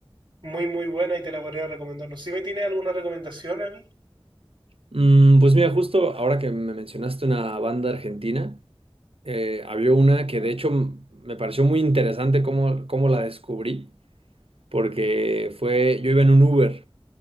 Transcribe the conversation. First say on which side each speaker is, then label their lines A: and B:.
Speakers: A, on the right (about 60°); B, on the right (about 75°).
A: muy, muy buena y te la podría recomendar. No sé si me tiene alguna recomendación a mí.
B: Mm, pues mira, justo ahora que me mencionaste una banda argentina, eh, había una que de hecho m- me pareció muy interesante cómo, cómo la descubrí, porque fue, yo iba en un Uber